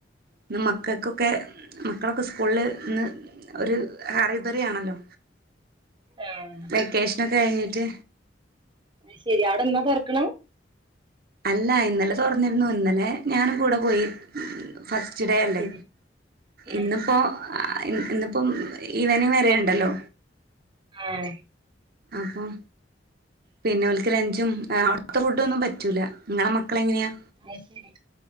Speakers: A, on the right (about 55°); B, on the right (about 25°).
A: ഇന്ന് മക്കൾക്കൊക്കെ മക്കളൊക്കെ സ്കൂളില് ഇന്ന് ഒരു ഹറിബറി ആണല്ലോ
B: ആഹ്
A: വെക്കേഷനൊക്കെ കഴിഞ്ഞിട്ട്
B: അത് ശരി അവിടെ എന്നാ തൊർക്കണം?
A: അല്ല ഇന്നലെ തുറന്നിരുന്നു ഇന്നലെ ഞാനും കൂടെ പോയി ഫസ്റ്റ് ഫസ്റ്റ് ഡെ
B: അത്
A: അല്ലേ
B: ശരി ആഹ്
A: ഇന്നിപ്പോൾ ഇന്നിപ്പോം ഈവനിങ് വരെ ഉണ്ടല്ലോ
B: ഏഹ്
A: അപ്പം പിന്നെ ഓൽക്ക് ലഞ്ചും അവിടുത്തെ ഫുഡ് ഒന്നും പറ്റൂല നിങ്ങളെ മക്കള് എങ്ങനെയാ
B: അത് ശരി